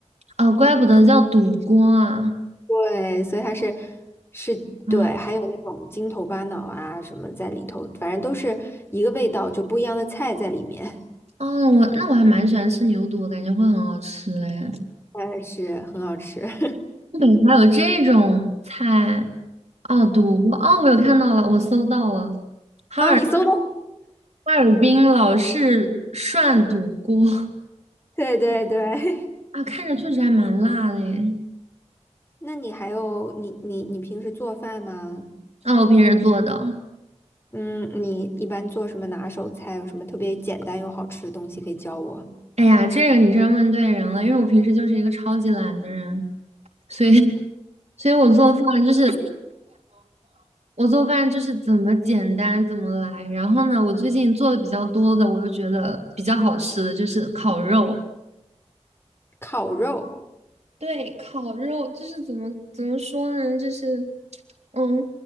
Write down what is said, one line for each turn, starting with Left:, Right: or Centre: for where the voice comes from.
Right: 哦，怪不得叫肚锅啊。
Left: 对，所以它是是对，
Right: 嗯，
Left: 还有那种筋头巴脑啊什么在里头，反正都是一个味道，就不一样的菜在里面，
Right: 哦，我那我还蛮喜欢吃牛肚，我感觉会很好吃哎。
Left: 但是很好吃。<laughs>
Right: 东北还有这种菜哦，肚锅哦，我有看到了，我搜到了，哈尔
Left: 啊，你搜的，
Right: 哈尔滨老式涮肚锅
Left: <laughs> 对对对。
Right: 啊，看着确实还蛮辣的耶。
Left: <laughs> 那你还有你你你平时做饭吗？
Right: 啊，我平时做的。
Left: 嗯，你一般做什么拿手菜？有什么特别简单又好吃的东西可以教我？
Right: 哎呀，这个你真问对人了，因为我平时就是一个超级懒的人，所以，<laughs> 所以我做饭就是我做饭就是怎么简单怎么来。然后呢，我最近做的比较多的，我又觉得比较好吃的就是烤肉。
Left: 烤肉
Right: 对，烤肉就是怎么怎么说呢？就是，嗯，